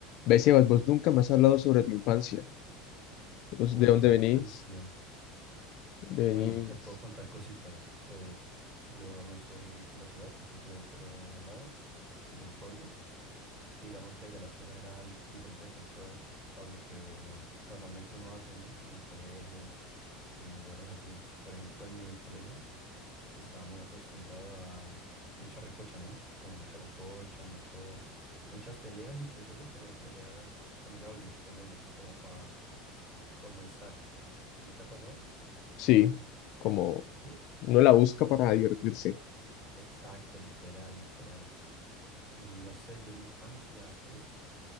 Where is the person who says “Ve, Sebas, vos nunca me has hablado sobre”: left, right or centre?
Left